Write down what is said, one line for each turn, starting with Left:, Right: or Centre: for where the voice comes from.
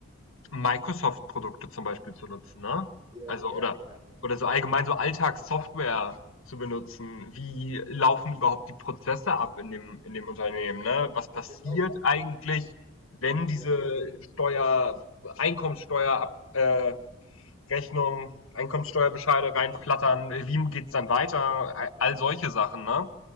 Left: Microsoft-Produkte zum Beispiel zu nutzen, ne?
Right: ja,
Left: Also
Right: ja,
Left: oder
Right: ja,
Left: oder so allgemein so Alltagssoftware zu benutzen. Wie laufen überhaupt die Prozesse ab in dem in dem Unternehmen, ne? Was passiert
Right: genau,
Left: eigentlich, wenn diese
Right: ja,
Left: Steuer Einkommenssteuer ab äh, Rechnung, Einkommenssteuerbescheide reinflattern? Wie geht's dann weiter? All solche Sachen, ne?